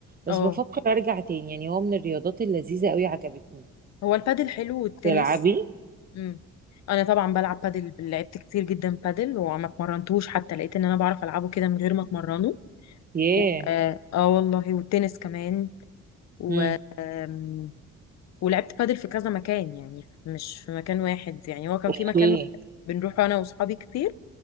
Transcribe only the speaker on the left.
اه
هو البادل حلو والتنس
امم انا طبعا بلعب بادل لعبت كتير جدا بادل وما اتمرنتوش حتى لقيت ان انا بعرف العبه كده من غير ما اتمرنه
و- اه آه والله والتنس كمان و
آم، ولعبت بادل في كذا مكان يعني مش في مكان واحد يعني هو كان
في مكان واحد بنروح انا واصحابي كتير